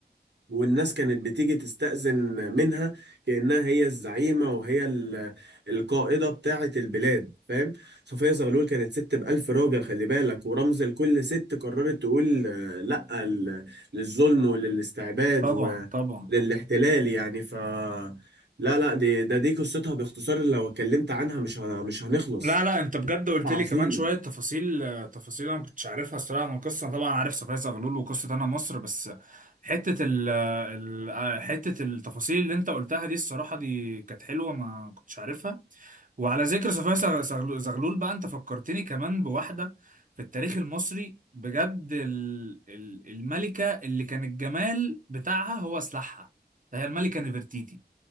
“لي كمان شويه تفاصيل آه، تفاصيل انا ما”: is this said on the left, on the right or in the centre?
Right